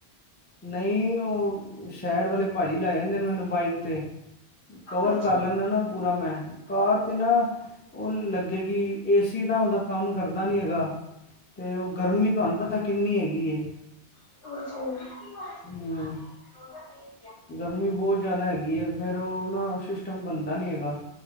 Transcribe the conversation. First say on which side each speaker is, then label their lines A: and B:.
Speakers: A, on the left (about 15°); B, on the left (about 75°).
A: ਨਹੀਂ ਉਹ ਸ਼ਹਿਰ ਵਾਲੇ ਭਾਜੀ ਲੈ ਜਾਂਦੇ ਨੇ ਮੈਨੂੰ ਬਾਈਕ ਤੇ ਕਵਰ
B: ਅੱਛਾ ਅੱਛਾ
A: ਕਰ ਲੈਂਦਾ ਨਾ ਪੂਰਾ ਮੈਂ ਕਾਰ ਤੇ ਨਾ ਉਹ ਲੱਗੇਗੀ ਏ ਸੀ ਨਾ ਉਹਦਾ ਕੰਮ ਕਰਦਾ ਨੀ ਹੈਗਾ ਤੇ ਉਹ ਗਰਮੀ ਤੁਹਾਨੂੰ ਪਤਾ ਕਿੰਨੀ ਹੈਗੀ ਹੈ
B: <unintelligible>
A: ਹਮ
B: <inaudible>
A: ਗਰਮੀ ਬਹੁਤ ਜ਼ਿਆਦਾ ਹੈਗੀ ਹੈ ਫੇਰ ਓ ਸਿਸਟਮ ਬਣਦਾ ਨੀ ਹੈਗਾ